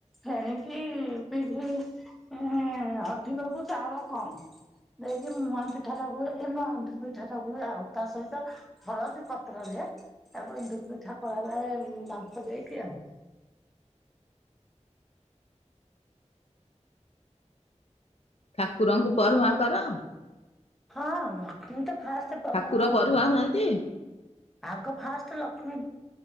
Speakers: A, in the centre; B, on the left.
A: ଫେଣିକି ବିରିକି ଅଧିକ କୁ ଚାଉଳ କମ୍। ଦେଇକି ମୁହା ପିଠା ଟା ହୁଏ ଏ ମ ପିଠା ଟା ହୁଏ ଆଉ ତା ସହିତ ହଳଦୀ ପତ୍ରରେ ତାକୁ ଏମିତି ଏମିତି ଥାପୁଡ଼ାଇ ଦେଇକି ଆଉ।
B: ଠାକୁରଙ୍କୁ ପରରୁୁଆଁ କର?
A: ହଁ ମୁଁ ତ ଫାଷ୍ଟ ପର
B: ଠାକୁର
A: ହୁଅନ୍ତି।
B: ପରରୁଆ ହୁଅନ୍ତି?
A: ଆଗ ଫାଷ୍ଟ ଲକ୍ଷ୍ମୀ